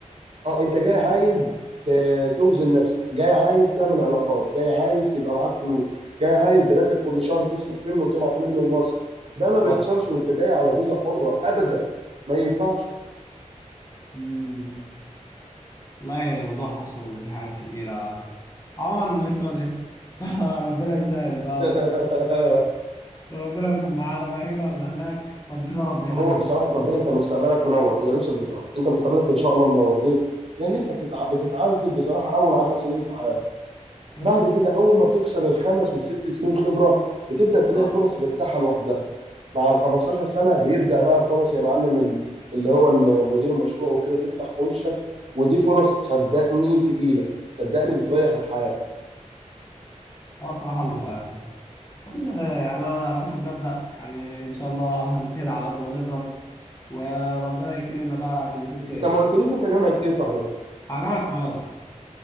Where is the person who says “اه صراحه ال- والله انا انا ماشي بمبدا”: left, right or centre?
Left